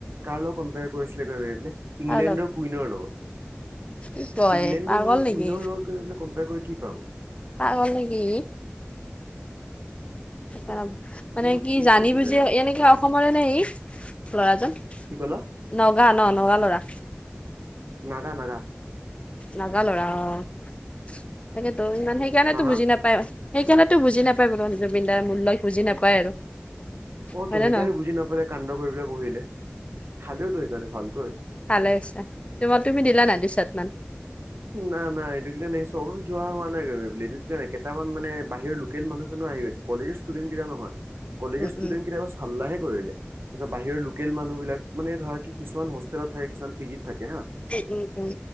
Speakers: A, on the right (about 80°); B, on the left (about 30°).
A: কাৰ লগত কম্পেয়াৰ কৰিছিলে গৈ বেবেৰ পেলে ইংলেণ্ডৰ
B: তাৰ লগত
A: কুইনৰ লগত
B: কি কয়
A: ইংলেণ্ডৰ
B: পাগল
A: লগত
B: নেকি
A: কুইনৰ লগত গৈ পেলে কম্পেয়াৰ কৰি কি পাব।
B: পাগল নে কি? তেলাব মানে
A: বৰ
B: কি
A: পিছ
B: জানি
A: একোটা
B: বুজি
A: একোটা
B: এনেকে অসমৰে নে সি ল'ৰাজন?
A: কি ক'লা
B: নগা ন নগা ল'ৰা।
A: নাগা নাগা।
B: নাগা লৰা অ তাকেতো ইমান সেইকাৰণে
A: হা
B: তো
A: হা
B: বুজি নাপাই। সেইকাৰণেতো বুজি নাপায় বৰ্তমান জুবিন দাৰ মূল্য বুজি নাপায় আৰু।
A: অ
B: হয়
A: তো
B: নে
A: সেইকাৰণে
B: ন
A: বুজি নাপালে কাণ্ড কৰি পেলাই বহিলে, খালেও ত সেইকাৰণে ভালকৈ।
B: ভালে হৈছে তোমা তুমি দিলা না দুছাতমান?
A: নাই নাই এইটো কি কাৰণে চবে যোৱা হোৱা নাই গৈ পিলে এইটো কয় কেইটামান মানে বাহিৰৰ লোকেল মানুহ চানো আহি গৈছে। কলেউচ ষ্টুডেণ্ট গিতা নহয়। কলেজ
B: উম
A: ষ্টুডেণ্ট
B: উম
A: গিতাবাচ চাল্লাহে কৰিলে তাছত বাহিৰৰ লোকেল মানুহবিলাক মানে ধৰা কি কিছুমান হোষ্টেলত থাকে কিছুমান পিজিত থাকে হা।
B: উ উ উম।